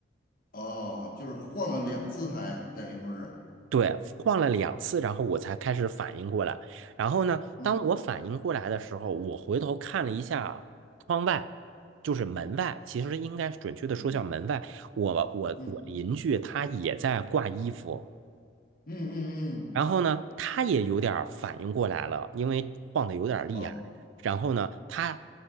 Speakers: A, on the left (about 50°); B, on the right (about 90°).
A: 哦，就是晃了两次还等于说是，
B: 对，晃了两次，然后我才开始反应过来。然后呢，
A: 嗯
B: 当我反应过来的时候，我回头看了一下窗外，就是门外，其实应该准确的说叫门外。
A: 嗯
B: 我我我邻居他也在挂衣服，
A: 嗯嗯嗯嗯，
B: 然后呢，他也有点儿反应过来了，因为晃的有点儿厉害。
A: 哦，
B: 然后呢，他